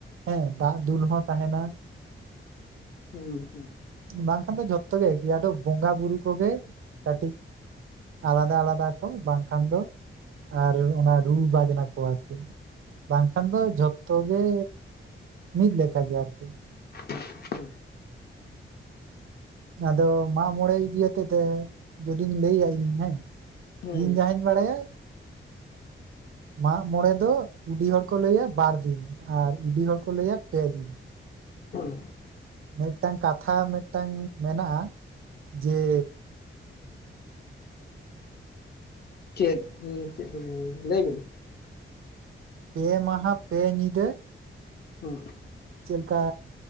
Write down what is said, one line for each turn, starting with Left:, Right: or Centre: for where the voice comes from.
Right: ᱦᱮᱸ ᱫᱟᱜ ᱫᱩᱞ ᱦᱚᱸ ᱛᱟᱦᱮᱱᱟ ᱾
Left: ᱦᱩᱸ ᱦᱩᱸ ᱾
Right: ᱵᱟᱝᱠᱷᱟᱱ ᱫᱚ ᱡᱷᱚᱛᱚ ᱮᱠᱤᱜᱮ ᱟᱫᱚ ᱵᱚᱸᱜᱟ ᱵᱩᱨᱩ ᱠᱚᱜᱮ ᱠᱟᱹᱴᱤᱡ ᱟᱞᱟᱫᱟ ᱟᱞᱟᱫᱟ ᱵᱟᱝᱠᱷᱟᱱ ᱫᱚ ᱟᱨ ᱚᱱᱟ ᱨᱩ ᱵᱟᱡᱽᱱᱟ ᱠᱚ ᱟᱨ ᱪᱮᱫ ᱾ ᱵᱟᱝᱠᱷᱟᱱ ᱫᱚ ᱡᱷᱚᱛᱚ ᱜᱮ ᱢᱤᱫ ᱞᱮᱠᱟ ᱜᱮ ᱟᱨᱠᱤ‌ ᱾
Left: ᱦᱩᱸ ᱾
Right: ᱟᱫᱚ ᱢᱟᱜ-ᱢᱚᱬᱮ ᱤᱫᱤᱭᱟᱛᱮᱜ ᱛᱮ ᱡᱩᱫᱤᱧ ᱞᱟᱹᱭᱟ ᱤᱧ ᱦᱮᱸ
Left: ᱦᱩᱸ
Right: ᱤᱧ ᱡᱟᱦᱟᱸᱧ ᱵᱟᱲᱟᱭᱟ ᱾
Left: <unintelligible>
Right: ᱢᱟᱜᱢᱚᱬᱮ ᱫᱚ ᱩᱰᱤ ᱦᱚᱲ ᱠᱚ ᱞᱟᱹᱭᱟ ᱵᱟᱨᱫᱤᱱ ᱟᱨ ᱚᱰᱤ ᱦᱚᱲ ᱠᱚ ᱞᱟᱹᱭᱟ ᱯᱮ ᱫᱤᱱ᱾
Left: ᱦᱮᱸ ᱾
Right: ᱢᱤᱫᱴᱟᱝ ᱠᱟᱛᱷᱟ ᱢᱤᱫᱴᱟᱝ ᱢᱮᱱᱟᱜᱼᱟ ᱡᱮ
Left: ᱪᱮᱫ ᱚᱸ ᱪᱮᱫ ᱠᱚ ᱞᱟᱹᱭᱟ ᱞᱟᱹᱭ ᱵᱤᱱ?
Right: ᱯᱮ ᱢᱟᱦᱟ ᱯᱮ ᱧᱤᱫᱟ
Left: ᱦᱩᱸ ᱾
Right: ᱪᱮᱫ ᱞᱮᱠᱟ